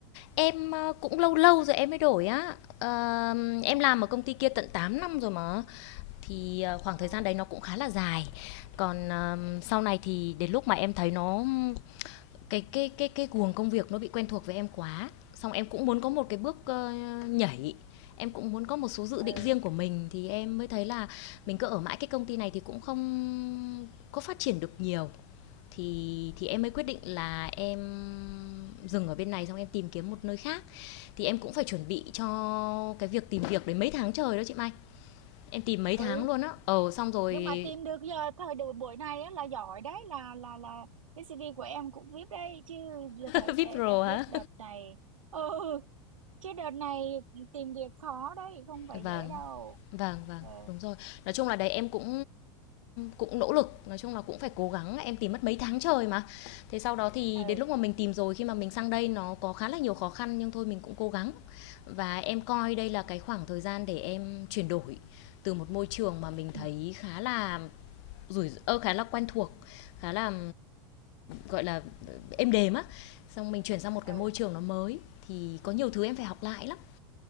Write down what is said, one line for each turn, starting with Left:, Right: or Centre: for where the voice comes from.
Left: Em, ờ, cũng lâu lâu rồi em mới đổi á. Ờ, em
Right: à
Left: làm ở công ty kia tận 8 năm rồi mà. Thì, ờ, khoảng
Right: à
Left: thời gian đấy nó cũng khá là dài. Còn, ờ, sau này thì đến lúc mà em thấy nó cái cái cái cái guồng công việc nó bị quen thuộc với em quá, xong em cũng muốn có một cái bước, ơ, nhảy, em cũng muốn có một số dự định
Right: ừ
Left: riêng của mình thì em mới thấy là mình cứ ở mãi cái công ty này thì cũng không có phát triển được nhiều. Thì thì em mới quyết định là em dừng ở bên này xong em tìm kiếm một nơi khác thì em cũng phải chuẩn bị cho cái việc tìm việc đấy mấy tháng trời đó chị Mai. Em tìm mấy tháng
Right: ừ
Left: luôn á. Ờ xong rồi
Right: nhưng mà tìm được giờ thời buổi buổi này á, là giỏi đấy là là là cái CV của em cũng viết đấy chứ giờ thời
Left: <laughs>
Right: e-
Left: VIP Pro
Right: em
Left: hả?
Right: biết đợt này ừ chứ đợt này tìm việc khó đấy không phải
Left: Vâng,
Right: dễ đâu
Left: vâng, vâng,
Right: ừ
Left: đúng rồi. Nói chung là đấy em cũng cũng nỗ lực, nói chung là cũng phải cố gắng, em tìm mất mấy tháng trời mà. Thế sau đó thì
Right: ừ
Left: đến lúc mà mình tìm rồi khi mà mình sang đây nó có khá là nhiều khó khăn nhưng thôi mình cũng cố gắng. Và em coi đây là cái khoảng thời gian để em chuyển đổi từ một môi trường mà mình
Right: ừ
Left: thấy khá là rủi ơ khá là quen thuộc, khá là gọi là êm đềm á xong mình chuyển sang một
Right: ừ.
Left: cái môi trường nó mới thì có nhiều thứ em phải học lại lắm